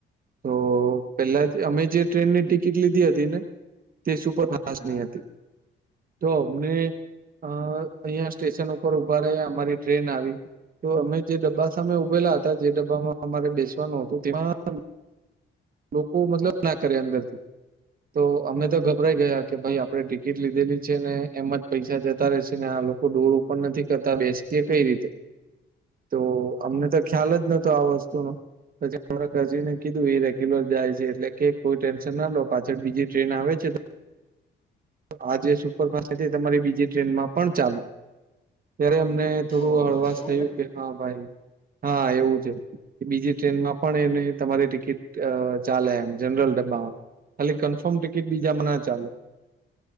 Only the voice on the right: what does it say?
તો પેલા અમે જે ટ્રેનની ટિકિટ લીધી હતી ને તે સુપર ફાસ્ટ હતી. ખાસ
નહીં હતી તો અમને. અ અહિયાં સ્ટેશન ઉપર ઉભા રહેયા અમારી ટ્રેન આવી તોઅમે જે ડબ્બા. સામે ઉભેલા હતા જે ડબ્બામાં અમારે બેસવાનું હતું તેમાં. લોકો મતલબ ના કરે અંદરથી તો અમે તો ગભરાઈ ગયા કે ભાઈ આપણે ટિકિટ લીધેલી છે ને એમ જ પૈસા જતા રશે ને આ લોકો. ડોર ઓપન નથી કરતા બેસીએ કઈ રીતે.
તો અમને તો ખ્યાલ નતો આ વસ્તુ નોપછી કજીને કીધું. <unintelligible> એટલે કે કોઈ ટેન્શન ના લો પાછળ બીજી આવે છે. આજે સુપરફાસ્ટ <unintelligible> તમારી બીજી ટ્રેનમાં પણ ચાલે ત્યારે અમને. થોડું
હળવાશ
થયું
કે હ ભાઈ. હા એવું છે બીજી ટ્રેનમાં પણ એને તમારી ટિકિટ. ચાલે એમ જનરલ ડબ્બામાં ખાલી કન્ફર્મ ટિકિટ બીજામાં ના ચાલે.